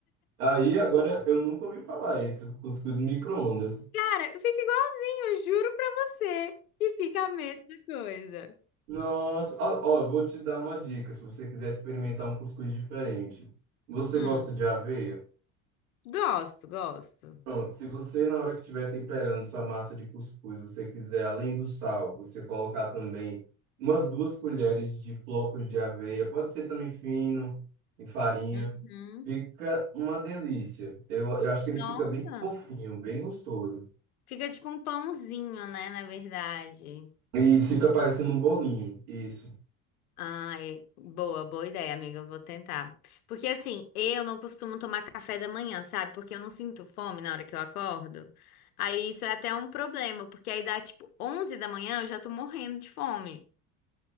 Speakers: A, on the right; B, on the left.
A: Aí agora eu nunca ouvi falar isso, cuscuz micro-ondas.
B: Cara, fica igualzinho, eu juro pra você que fica a mesma coisa.
A: Nossa, ó, ó, eu vou te dar uma dica se você quiser experimentar um cuscuz diferente. Você
B: Hum,
A: gosta de aveia?
B: gosto, gosto.
A: Pronto, se você na hora que estiver temperando sua massa de cuscuz, você quiser, além do sal, você colocar também umas duas colheres de flocos de aveia, pode ser também fino, em farinha,
B: Uhum.
A: fica uma delícia. Eu, eu acho que ele
B: Nossa,
A: fica bem fofinho, bem gostoso.
B: fica tipo um pãozinho, né, na verdade.
A: E isso fica parecendo um bolinho, isso.
B: Ah, é- boa, boa ideia, amiga. Eu vou tentar. Porque assim, eu não costumo tomar café da manhã, sabe? Porque eu não sinto fome na hora que eu acordo. Aí isso é até um problema, porque aí dá tipo 11 da manhã, eu já tô morrendo de fome.